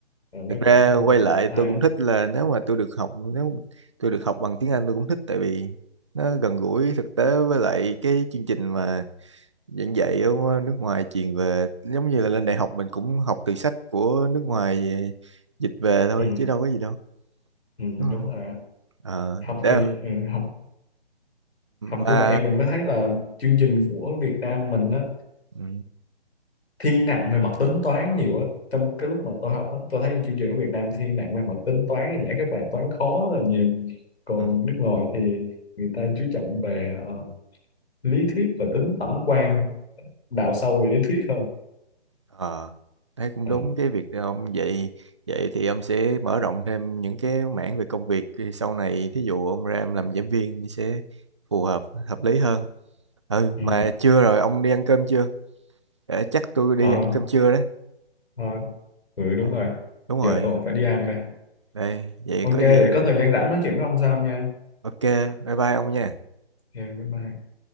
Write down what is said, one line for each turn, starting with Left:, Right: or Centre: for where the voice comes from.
Left: Rồi
Right: Thực
Left: nó
Right: ra
Left: cũng
Right: quay lại
Left: ờ,
Right: tôi
Left: hay
Right: cũng thích là nếu mà tôi được học nếu tôi được học bằng tiếng Anh tôi cũng thích tại vì nó gần gũi thực tế với lại cái chương trình mà giảng dạy ở nước ngoài truyền về giống như là lên đại học mình cũng học từ sách của nước ngoài dịch về thôi
Left: ừ,
Right: chứ đâu có gì đâu
Left: ừ,
Right: đúng không?
Left: đúng rồi
Right: Ờ,
Left: học
Right: để
Left: thì ừ, học học
Right: mà
Left: như vậy mình mới thấy là chương trình của Việt Nam mình á
Right: ừ,
Left: thiên nặng về mặt tính toán nhiều á trong cái lúc mà tôi học á tôi thấy chương trình của Việt Nam thiên nặng về mặt tính toán giải các bài toán khó rất là nhiều còn
Right: ừ.
Left: nước ngoài thì người ta chú trọng về ờ, lý thuyết và tính tổng quan đào sâu về lý thuyết hơn
Right: Ờ, thấy cũng
Left: ừ.
Right: đúng cái việc đó ông vậy vậy thì ông sẽ mở rộng thêm những cái mảng về công việc sau này thí dụ ông ra ông làm giảng viên thì sẽ phù hợp hợp lý hơn ừ
Left: Ừ.
Right: mà chưa rồi ông đi ăn cơm chưa để chắc tôi đi
Left: Ờ,
Right: ăn cơm trưa đấy
Left: ờ, ừ đúng
Right: À,
Left: rồi
Right: đúng rồi
Left: giờ tôi cũng phải đi ăn đây
Right: đây vậy
Left: ok
Right: có
Left: để
Right: gì
Left: có thời gian rảnh nói chuyện với ông sau nha
Right: ok bye bye ông nha
Left: Ok, bye bye